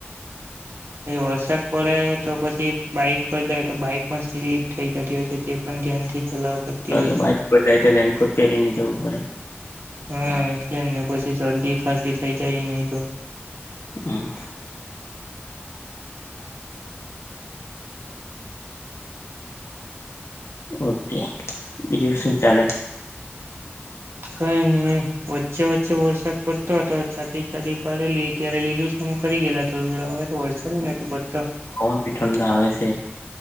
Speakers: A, on the right (about 65°); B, on the left (about 85°).
A: એ વરસાદ પડે તો પછી બાઈક પર જાય તો બાઈક પણ સ્લીપ થઈ જતી હોય છે તે પણ ધ્યાનથી ચલાવ પડતી
B: પાછું
A: હોય છે
B: બાઇક પર જાય તો રેનકોટ પેરીને જવું પડે.
A: હમ્મ એટલે ને પછી શરદી ખાંસી થઈ જાય નહીં તો.
B: હમ્મ. ઓકે બીજું શું ચાલે?
A: કંઈ નહીં વચ્ચે વચ્ચે વરસાદ પડતો હતો. તી ગાડી પાડેલી. ત્યારે લીલું છમ કરી ગયેલા થોડું થોડું તો હવે વરસાદ નથી પડતો
B: પવન બી ઠંડા આવે છે.